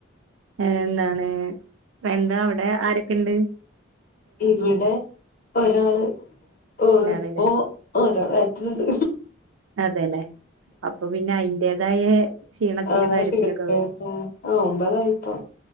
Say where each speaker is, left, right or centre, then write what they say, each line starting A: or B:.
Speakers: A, on the right; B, on the left.
A: ഏഹ എന്താണ് പ്പ എന്താ അവ്ടെ ആരക്ക്ണ്ട്
B: ഇവ്ടെ ഒരാള് ഓൽ
A: ഇയാളല്ലേ
B: ഇപ്പോ ഒരാള് വയറ്റ്ല്ണ്ട്
A: അതെല്ലെ അപ്പ പിന്നെ അയ്ന്റേതായേ ക്ഷീണത്തിലും
B: ആ
A: കാര്യത്തിലൊക്ക
B: ശരി
A: ആവല്
B: ആ ഒമ്പതായിപ്പോ